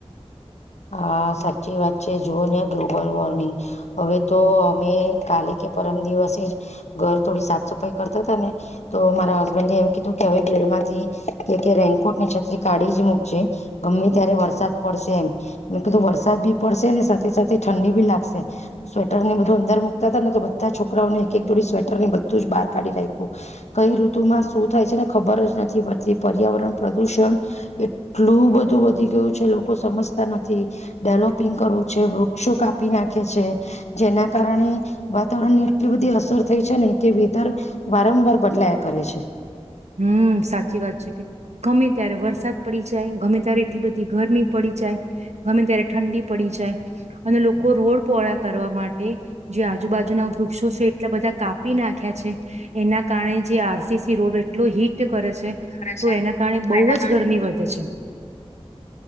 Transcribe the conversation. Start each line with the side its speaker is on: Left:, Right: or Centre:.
Left: હા સાચી વાત છે જુઓ ને ગ્લોબલ વોર્મિંગ, હવે તો અમે કાલે કે પરમ દિવસે જ, ઘર થોડી સાફ સફાઈ કરતા તા ને, તો મારા હસબન્ડે એમ કીધું કે હવે ભીડ માંથી કે કે રેનકોટ ની છત્રી કાઢી જ મૂકજે, ગમે ત્યારે વરસાદ પડશે એમ. બધો વરસાદ બી પડશે ને સાથે સાથે ઠંડી બી લાગશે, સ્વેટર ને બધું અંદર મુૂકતા હતા ને તો બધા છોકરાઓને એક એક જોડી સ્વેટર ને બધું જ બહાર કાઢી રાખું, કઈ ઋતુમાં શું થાય છે ને ખબર જ નથી પડતી પર્યાવરણ પ્રદુષણ, એટલું બધું વધી ગયું છે લોકો સમજતા નથી. થી, ડેવલોપિંગ કરવું છે વૃક્ષો કાપી નાખે છે, જેના કારણે વાતાવરણની એટલી બધી અસર થઈ છે ને કે વેધર, વારંવાર બદલાયા કરે છે.
Right: હુ સાચી વાત છે કે ગમે ત્યારે વરસાદ પડી જાય ગમે ત્યારે એટલી બધી ગરમી પડી જાય, ગમે ત્યારે ઠંડી પડી જાય, અને લોકો રોડ પહોળા કરવા માટે જે આજુબાજુના વૃક્ષો છે એટલા બધા કાપી નાખ્યા છે, એના કારણે જે આર સી સી રોડ લો હી તે કરે છે, તો
Left: છે
Right: એના કારણે
Left: તો
Right: બહુ
Left: એના
Right: જ ગરમી વધે છે.